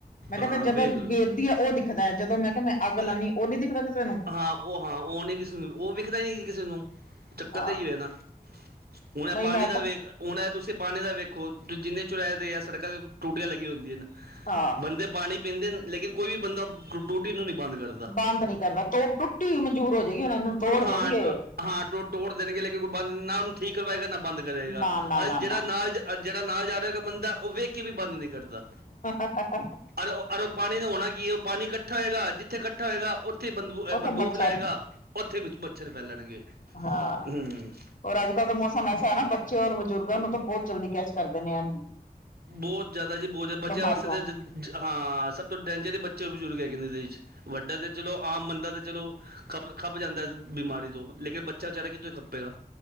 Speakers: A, on the left; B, on the right.
A: ਮੈਂ ਕਹਿੰਦਾ
B: ਹਾਂ
A: ਜਦੋਂ
B: ਵੇਖ ਲਓ
A: ਗੇਰਦੀ ਹੈ ਉਹ ਦਿਖਦਾ, ਜਦੋਂ ਮੈਂ ਕਿਹਾ ਮੈਂ ਅੱਗ ਲਾਣੀ
B: ਅ-
A: ਆਂ, ਉਹ ਨੀ ਦਿਖਦਾ ਕਿਸੇ ਨੂੰ।
B: ਹਾਂ ਉਹ ਹਾਂ, ਉਹ ਨੀ ਕਿਸੇ ਨੂੰ, ਉਹ ਵੇਖਦਾ ਹੀ ਨੀ ਕਿਸੇ ਨੂੰ। ਚੱਕਰ
A: ਹਾਂ
B: ਤੇ ਏਹੀ ਏ ਨਾ। ਹੁਣ ਇਹ
A: ਨਹੀਂ
B: ਪਾਣੀ
A: ਮੈਂ
B: ਦਾ
A: ਤਾਂ
B: ਵੇਖ ਹੁਣ ਏ ਤੁਸੀਂ ਪਾਣੀ ਦਾ ਵੇਖੋ ਜਿੰਨੇ ਚੁਰਾਏ ਵੇ ਯਾ ਸੜਕਾਂ ਤੇ ਟੂਟੀਆਂ ਲੱਗੀ ਹੁੰਦੀਆਂ ਨ।
A: ਹਾਂ।
B: ਬੰਦੇ ਪਾਣੀ ਪੀਂਦੇ ਨੇ ਲੇਕਿਨ ਕੋ ਵੀ ਬੰਦਾ ਟੂਟੀ ਨੂੰ ਨਹੀਂ ਬੰਦ ਕਰਦਾ।
A: ਬੰਦ ਨੀ ਕਰਦਾ ਤੋ ਟੁੱਟੀ ਮਨਜੂਰ ਹੋ ਜਾਏਗੀ ਇੰਨ੍ਹਾਂ ਨੂੰ ਤੋੜ
B: ਟੂ- ਹਾਂ
A: ਦੇਣਗੇ।
B: ਟ- ਹਾਂ ਟੋ ਤੋੜ ਦੇਣਗੇ ਲੇਕਿਨ ਬੰਦ ਨਾ ਕੋਈ ਠੀਕ ਕਰਵਾਏਗਾ ਨਾ ਬੰਦ ਕਰੇਗਾ
A: ਨਾ ਨਾ ਨਾ
B: ਅੱਜ ਜਿਹੜਾ
A: ਨਾ
B: ਨਾਲ ਜਾ ਜਿਹੜਾ ਨਾਲ ਜਾ ਰਿਹਾ ਹੋਇਗਾ ਬੰਦਾ ਉਹ ਵੇਖ ਕੇ ਵੀ ਬੰਦ ਨਹੀਂ ਕਰਦਾ।
A: ਹਾ-ਹਾ-ਹਾ-ਹਾ-ਹਾ
B: ਅ ਅਰ ਉਹ ਅਰ ਓ ਪਾਣੀ ਨੇ ਹੋਣਾ ਕੀ ਏ ਉਹ ਪਾਣੀ ਕੱਠਾ ਹੋਏਗਾ ਜਿੱਥੇ ਕੱਠਾ ਹੋਏਗਾ ਉੱ ਉੱਥੇ ਬੰਦੂ
A: ਉੱਥੇ
B: ਅ ਬਦਬੂ
A: ਮੱਛਰ
B: ਫੇਲਾਏਗਾ, ਉੱਥੇ ਵੀ ਵਿੱਚ ਮੱਛਰ ਫੈਲਣਗੇ
A: ਹਾਂ
B: ਹੰ।
A: ਔਰ ਅੱਜ ਕੱਲ ਦਾ ਮੌਸਮ ਐਸ ਹੈ ਨਾ ਬੱਚੇ ਔਰ ਬਜ਼ੁਰਗਾਂ ਨੂੰ ਤਾਂ ਬਹੁਤ ਜਲਦੀ ਕੈਚ ਕਰਦੇ ਨੇ ਇਹ।
B: ਬਹੁਤ ਜ਼ਿਆਦਾ ਜੀ, ਬਹੁਤ ਜਾ ਬੱਚਿਆਂ
A: ਬਿਮਾਰੀਆਂ
B: ਵਾਸਤੇ ਤੇ ਜਿ ਹਾਂ, ਸਭ ਤੋਂ ਡੇਂਜਰ ਈ ਬੱਚੇ ਔਰ ਬਜ਼ੁਰਗ ਹੈਗੇ ਨੇ ਇਦੇ ਵਿੱਚ ਵੱਡਾ ਤੇ ਚਲੋ ਆਮ ਬੰਦਾ ਤੇ ਚਲੋ ਖਪ-ਖੱਪ ਜਾਂਦਾ ਇਸ ਬਿਮਾਰੀ ਤੋਂ, ਲੇਕਿਨ ਬੱਚ ਚਾ ਬਚਾਰਾ ਕਿੱਥੇ ਖੱਪੇਗਾ।